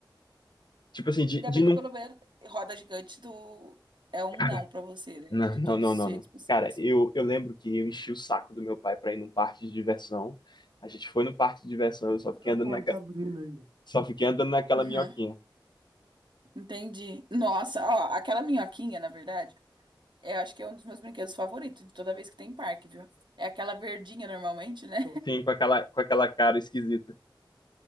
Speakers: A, on the left; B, on the right.
A: Tipo assim, de,
B: Ainda
A: de
B: bem
A: não...
B: que pelo menos roda gigante do... é um
A: Cara,
B: não pra você, né?
A: não,
B: De
A: não,
B: todos
A: não,
B: os
A: não,
B: jeitos
A: não.
B: possíveis.
A: Cara, eu, eu lembro que eu enchi o saco do meu pai pra ir num parque de diversão, a gente foi no parque de diversão, eu só fiquei
B: A
A: andando,
B: porta
A: naca...
B: abrindo aí.
A: só fiquei andando naquela
B: Uhum,
A: minhoquinha,
B: entendi. Nossa, ó, aquela minhoquinha, na verdade, eu acho que é um dos meus brinquedos favoritos de toda vez que tem parque, viu? É aquela verdinha normalmente, né?
A: sim, com aquela, com aquela cara esquisita.